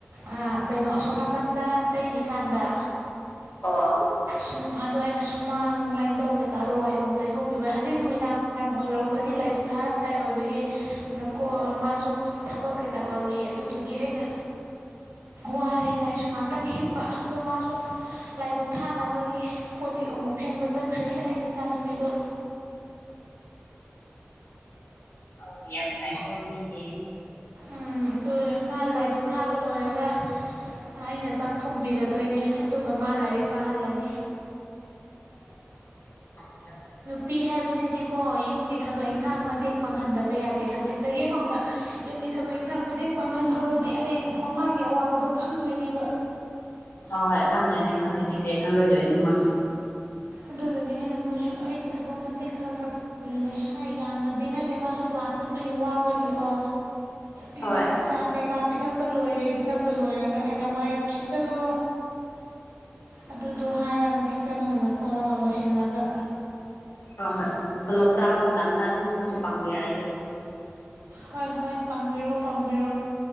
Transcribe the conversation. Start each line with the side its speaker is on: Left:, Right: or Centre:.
Right: ꯑꯥ ꯀꯩꯅꯣ ꯑꯁꯣꯝ ꯅꯥꯀꯟꯗ ꯇꯩꯔꯤꯀꯥꯟꯗ
Left: ꯑꯣ
Right: ꯁꯨꯝ ꯑꯗꯣ ꯑꯩꯅ ꯁꯨꯃꯥꯡ ꯂꯥꯏꯟꯙꯧ ꯀꯩꯀꯥꯗ ꯋꯥꯏ ꯑꯃꯨꯛ ꯇꯩꯊꯣꯛꯄꯤꯕ ꯍꯧꯖꯤꯛ ꯅꯨꯃꯤꯗꯥꯡ ꯋꯥꯏꯔꯝ ꯑꯣꯏꯔꯛꯄꯩ ꯑꯩꯒꯤ ꯂꯥꯏꯙꯨꯛ ꯊꯥꯔꯝꯗꯥꯏ ꯑꯣꯏꯕꯒꯤ ꯀꯣ ꯃꯥꯁꯨ ꯊꯕꯛ ꯀꯩꯀꯥ ꯇꯧꯔꯤ ꯑꯗꯨꯗꯨꯒꯤ ꯑꯩꯅ
Left: <inaudible>
Right: ꯋꯥꯔꯦꯅ ꯑꯩꯁꯨ ꯉꯥꯛꯇꯪ ꯍꯤꯞꯄ ꯑꯗꯣ ꯃꯥꯁꯨ ꯂꯥꯏꯗꯨꯛ ꯊꯥ ꯅꯕꯒꯤ ꯀꯣꯜ ꯂꯤꯛ ꯑꯃꯨꯛ ꯐꯦꯡꯕ ꯆꯠꯈ꯭ꯔꯤ ꯑꯩꯒꯤ ꯏꯆꯥꯅꯨꯄꯤꯗꯣ
Left: ꯑꯣ ꯌꯥꯝ ꯐꯥꯏꯀꯣ ꯃꯤꯗꯤ
Right: ꯎꯝ ꯑꯗꯨ ꯃꯥ ꯂꯥꯏ ꯗꯨꯛ ꯊꯥꯕ ꯂꯣꯏꯔꯒ ꯑꯩꯅ ꯆꯥꯛ ꯊꯣꯡꯕꯤꯔꯗꯣꯏꯅꯦ ꯑꯗꯨꯒ ꯃꯥ ꯂꯥꯏꯔꯤꯛ ꯄꯥꯍꯜꯂꯅꯤ
Left: ꯑꯌꯥ
Right: ꯄꯤ ꯍꯥꯏꯕꯁꯤꯗꯤꯀꯣ ꯌꯨꯝꯒꯤ ꯊꯕꯛ ꯏꯪꯈꯥꯡ ꯃꯇꯦꯡ ꯄꯥꯡꯍꯟꯗꯕ ꯌꯥꯗꯦ ꯍꯧꯖꯤꯛꯇꯒꯤ ꯍꯧꯅ ꯌꯨꯝꯒꯤ ꯊꯕꯛ ꯏꯪꯈꯥꯡ ꯃꯇꯦꯡ ꯄꯥꯡꯍꯜꯍꯧꯔꯗꯤ ꯍꯌꯦꯡ ꯃꯃꯥꯒꯤ ꯑꯋꯥꯕꯗꯣ ꯈꯪꯗꯣꯏꯅꯦꯕ
Left: ꯍꯣꯏ ꯍꯣꯏ ꯈꯪꯗꯣꯏꯅꯦ ꯈꯪꯗꯣꯏꯅꯦ ꯀꯩ ꯈꯪꯪꯂꯣꯏꯗꯣꯏꯅꯣ ꯃꯣꯏꯁꯨ
Right: ꯑꯗꯨꯗꯨꯒꯤ ꯑꯩꯅ ꯃꯣꯏꯁꯨ ꯑꯩꯒꯤ ꯊꯕꯛ ꯃꯇꯦꯡ ꯈꯔ ꯈꯔ ꯄꯥꯡꯍꯜꯂꯤꯅꯦ ꯌꯥꯝꯅꯗꯤ ꯅꯠꯇꯦ ꯃꯥꯁꯨ ꯀ꯭ꯂꯥꯁ ꯆꯠꯄꯒꯤ ꯋꯥꯕꯒꯤꯀꯣ ꯑꯩꯅ
Left: ꯍꯣꯏ
Right: ꯆꯥ ꯀꯩꯀꯥ ꯄꯤꯊꯛ ꯄꯤꯊꯛꯄ ꯂꯣꯏꯔꯦ ꯄꯤꯊꯛꯄ ꯂꯣꯏꯔꯒ ꯑꯩꯅ ꯋꯥꯏꯔꯝ ꯁꯤꯠꯆꯜꯂꯣ ꯑꯗꯨꯗꯣ ꯍꯥꯏꯔꯒ ꯁꯤꯠꯆꯟꯍꯜꯂ ꯈꯣꯠꯂꯒ ꯂꯣꯏꯁꯤꯜꯂꯒ
Left: ꯍꯣꯏ ꯍꯣꯏ ꯇꯣꯂꯣꯞ ꯆꯥꯕ ꯃꯇꯝꯗ ꯑꯗꯨꯝ ꯑꯩꯈꯣꯏꯁꯨ ꯄꯥꯝꯕꯤꯔꯝꯒꯦ
Right: ꯍꯣꯏ ꯍꯣꯏ ꯄꯥꯡꯕꯤꯔꯣ ꯄꯥꯡꯕꯤꯔꯣ